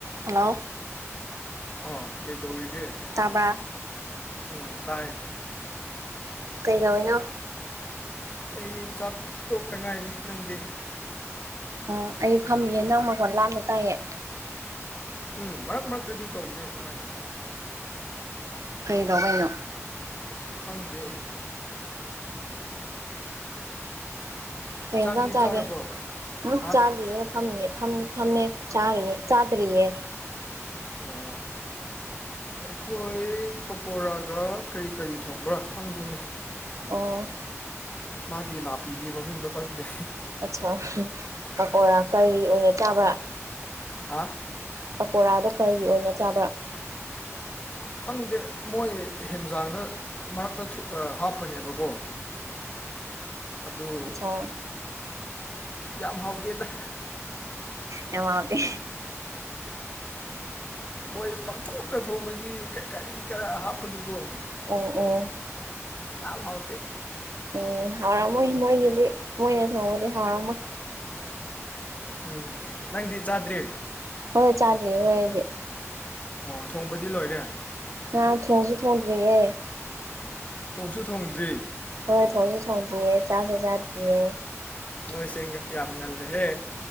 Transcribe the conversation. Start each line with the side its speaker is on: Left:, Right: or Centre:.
Right: ꯍꯂꯣ
Left: ꯑꯣ ꯀꯩ ꯇꯧꯔꯤꯒꯦ
Right: ꯇꯕ꯭ꯔꯥ
Left: ꯎꯝ ꯇꯥꯔꯦ
Right: ꯀꯩꯗꯧꯏꯅꯣ
Left: ꯑꯩ ꯆꯥꯛ ꯇꯣꯛꯇ ꯉꯥꯏꯔꯤ ꯅꯪꯗꯤ
Right: ꯎꯝ ꯑꯩ ꯐꯝꯃꯤꯌꯦꯦ ꯅꯪ ꯃꯈꯣꯟ ꯂꯥꯞꯅ ꯇꯥꯏꯌꯦ
Left: ꯎꯝ ꯃꯔꯛ ꯃꯔꯛꯇꯗꯤ ꯇꯧꯕꯅꯦ ꯁꯨꯃꯥꯏꯅ
Right: ꯊ ꯂꯣꯋꯥꯏꯩꯅꯣ
Left: ꯈꯪꯗꯦ
Right: ꯀꯩꯟꯖ
Left: ꯆꯥꯛꯇꯤ
Right: ꯆꯥꯒꯦ
Left: ꯆꯥꯔꯕꯣ
Right: ꯎꯝ
Left: ꯍꯥ
Right: ꯆꯥꯗꯤꯔꯦ ꯐꯝꯃꯤꯌꯦ ꯍꯃꯦ ꯆꯥ ꯆꯥꯗꯔꯤꯌꯦ
Left: ꯑꯣ ꯑꯩꯈꯣꯏ ꯄꯀꯣꯔꯥꯒ ꯀꯔꯤ ꯀꯔꯤ ꯊꯣꯡꯕ꯭ꯔꯥ ꯈꯪꯗꯦꯅꯦ
Right: ꯑꯣ
Left: ꯃꯥꯒꯤ ꯅꯥꯄꯤꯒꯤ ꯃꯃꯤꯡꯗꯣ ꯈꯪꯗꯦ
Right: ꯑꯠꯆꯥ ꯄꯥ ꯀꯔꯤ ꯑꯣꯏꯅ ꯆꯥꯕ꯭ꯔꯥ
Left: ꯑ
Right: ꯄꯀꯣꯔꯥꯗꯣ ꯀꯔꯤ ꯑꯣꯏꯅ ꯆꯥꯕ꯭ꯔꯥ
Left: ꯈꯪꯗꯦ ꯃꯣꯏ ꯍꯦꯟꯖꯥꯡꯗ ꯃꯔꯛꯇ ꯍꯥꯞꯄꯅꯦꯕꯀꯣ ꯑꯗꯨ
Right: ꯆꯥ
Left: ꯌꯥꯝ ꯍꯥꯎꯇꯗ
Right: ꯌꯥꯝꯃꯗꯤ
Left: ꯃꯣꯏ ꯄꯥꯡꯊꯣꯛ ꯈ꯭ꯔ ꯊꯣꯡꯕꯒꯤ ꯀꯔꯤ ꯀꯔꯥ ꯍꯥꯞꯄꯒꯤꯀꯣ
Right: ꯑ ꯑꯣ
Left: ꯑ ꯍꯥꯎꯗꯤ
Right: ꯎꯝ ꯍꯥꯎꯔꯝꯃꯣꯏ ꯃꯣꯏꯒꯤꯗꯤ ꯃꯣꯏꯅ ꯊꯣꯡꯕꯗꯤ ꯍꯥꯎꯔꯝꯃꯣꯏ
Left: ꯎꯝ ꯅꯪꯗꯤ ꯆꯥꯗ꯭ꯔꯦ
Right: ꯍꯣꯏ ꯍꯣꯏ ꯆꯥꯗ꯭ꯔꯤ ꯍꯣꯏ ꯑꯩꯗꯤ
Left: ꯑꯣ ꯊꯣꯡꯕꯗꯤ ꯂꯣꯏꯔꯦ
Right: ꯑꯥ ꯊꯣꯡꯁꯨ ꯊꯣꯡꯗ꯭ꯔꯤꯌꯦꯦ
Left: ꯇꯧꯁꯨ ꯊꯣꯡꯗ꯭ꯔꯤ
Right: ꯍꯣꯏ ꯊꯣꯡꯁꯨ ꯊꯣꯡꯗ꯭ꯔꯤꯌꯦ ꯆꯥꯁꯨ ꯆꯥꯗ꯭ꯔꯤꯌꯦ
Left: ꯅꯣꯏꯁꯦ ꯌꯥꯝ ꯉꯜꯂꯦꯍꯦ